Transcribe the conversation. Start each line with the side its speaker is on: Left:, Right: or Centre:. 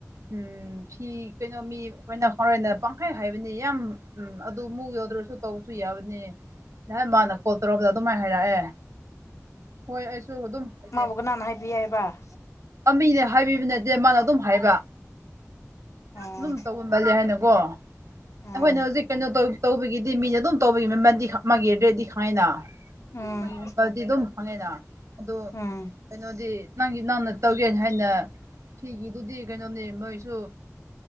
Right: ꯎꯝ ꯐꯤ ꯀꯩꯅꯣ ꯃꯤ ꯑꯩꯈꯣꯏꯅ ꯍꯣꯔꯦꯟꯅ ꯄꯪꯍꯥꯏ ꯍꯥꯏꯕꯅꯦ ꯌꯥꯝ ꯎꯝ ꯑꯗꯨ ꯃꯨꯛ ꯌꯥꯎꯗ꯭ꯔꯁꯨ ꯇꯧꯕꯁꯨ ꯌꯥꯕꯅꯦ ꯅ ꯃꯥꯅ ꯀꯣꯜ ꯇꯧꯔꯛꯕꯗ ꯑꯗꯨꯃꯥꯏ ꯍꯥꯏꯔꯛꯑꯦ ꯍꯣꯏ ꯑꯩꯁꯨ ꯑꯗꯨꯝ ꯐꯖꯩ
Left: ꯍꯃꯒꯅ ꯍꯥꯏꯕꯤ ꯌꯥꯏꯑꯕꯕꯥ
Right: ꯑꯃꯅꯦ ꯍꯥꯏꯕꯤꯕ ꯅꯠꯇꯦ ꯃꯥꯅ ꯑꯗꯨꯝ ꯍꯥꯏꯕ
Left: ꯑꯣ
Right: ꯑꯗꯨꯝ ꯇꯧꯕ ꯃꯥꯜꯂ ꯍꯥꯏꯅꯀꯣ ꯑꯩꯈꯣꯏꯅ
Left: ꯎꯝ
Right: ꯍꯧꯖꯤꯛ ꯀꯩꯅꯣ ꯇꯧ ꯇꯧꯕꯒꯤꯗꯤ ꯃꯤꯅ ꯑꯗꯨꯝ ꯇꯧꯕꯒꯤ ꯃꯟꯗꯤ ꯃꯥꯒꯤ ꯔꯦꯗꯤ ꯍꯥꯏꯥꯏꯅ
Left: ꯎꯝ
Right: ꯃꯣꯏꯒꯤ ꯃꯄꯥꯗꯤ ꯑꯗꯨꯝ ꯐꯪꯉꯦꯅ ꯑꯗꯨ
Left: ꯎꯝ
Right: ꯀꯩꯅꯣꯗꯤ ꯅꯪꯒꯤ ꯅꯥꯪꯅ ꯇꯧꯒꯦꯅ ꯍꯥꯏꯅ ꯐꯤꯒꯤꯗꯨꯗꯤ ꯀꯩꯅꯣꯅꯦ ꯃꯣꯏꯁꯨ